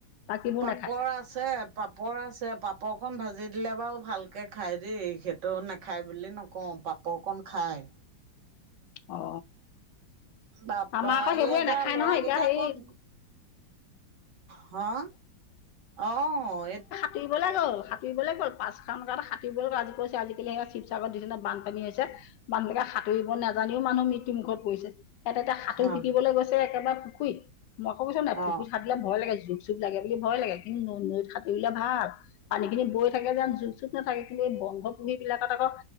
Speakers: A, on the left (about 70°); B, on the right (about 60°).
A: বাকীবোৰ
B: পাপৰ
A: নাখায়
B: আছে। পাপৰ আছে পাপৰখন ভাজি দিলে বাৰু ভালকৈ খায় দেই সেইটো নাখায় বুলি নকওঁ পাপ। পাপৰ কণ খায়।
A: অ।
B: বাপা
A: আমাৰ আকৌ সেইবোৰে
B: এই
A: নাখায়
B: ল'ৰা
A: নহয় এতিয়া
B: কেইটা
A: সেই
B: ক'ত। হা অ এট।
A: সাঁতুৰিব লৈ গ'ল সাঁতুৰিব লৈ গ'ল পাঁচখম এটাত সাঁতুইবলৈ গছে আজি কৈছে আজিকালি সিহঁতে শিৱসাগৰ যিদিনা বানপানী হৈছে। মানুহকে সাঁতুব নাজানিও মানুহ মৃত্যুমুখত পৰিছে। ইতে এয়া সাঁতুৰি
B: অ'
A: শিকিবলৈ গৈছে একেবাই পুখুৰীত মই কৈছো নাই পুখুৰী
B: অ'
A: সাঁতুৰিলে ভয় লাগে। জুক- চুক লাগে বুলি ভয় লাগে কিন্তু নৈত সাঁতুৰিলে ভাল। পানী খিনি বৈ থাকে যেন জোক- চুক নাথাকে কিন্তু এই বন্ধ পুহী বিলাকত আকৌ।